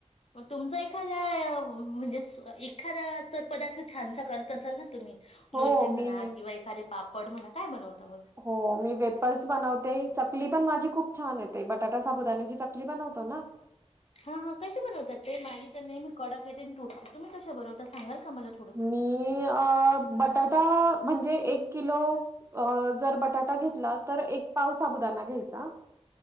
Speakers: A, on the left; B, on the right.
A: म तुमचा एखादा म्हणजे एखादा जर पदार्थ छानसा करत असाल ना तुम्ही
B: हो
A: लोणचे
B: मी
A: म्हणा किंवा एखादे पापड म्हणा काय बनवत
B: हो मी वे फर्स बनवते, चकली पण माझी खूप छान येते, बटाटा साबुदाण्याची चकली बनवतो ना
A: हा हा कशी बनवतात ते माझी तर नेहमी कडाक येते आणि तुटते तुम्ही कशा बनवताात सांगाल का मला तू
B: मी अह बटाटा म्हणजे एक किलो अह जर बटाटा घेतला तर एक पाव साबुदाना घ्यायचा.